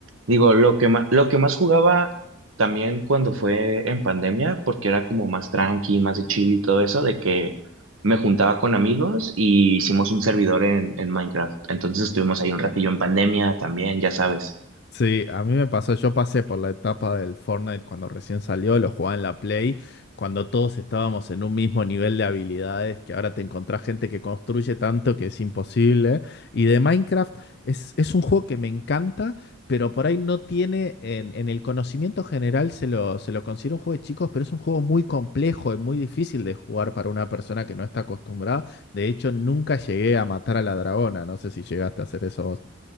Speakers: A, on the right (about 80°); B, on the left (about 50°).
A: Digo, lo que más, lo que más jugaba también cuando fue en pandemia, porque era como más tranqui, más de chill y todo eso, de que me juntaba con amigos y hicimos un servidor en, en Minecraft. Entonces estuvimos ahí un ratillo en pandemia también, ya sabes.
B: Sí, a mí me pasó, yo pasé por la etapa del Fortnite cuando recién salió, lo jugaba en la Play, cuando todos estábamos en un mismo nivel de habilidades, que ahora te encontrás gente que construye tanto que es imposible. Y de Minecraft es, es un juego que me encanta, pero por ahí no tiene, en, en el conocimiento general se lo, se lo considera un juego de chicos, pero es un juego muy complejo y muy difícil de jugar para una persona que no está acostumbrada. De hecho, nunca llegué a matar a la dragona, no sé si llegaste a hacer eso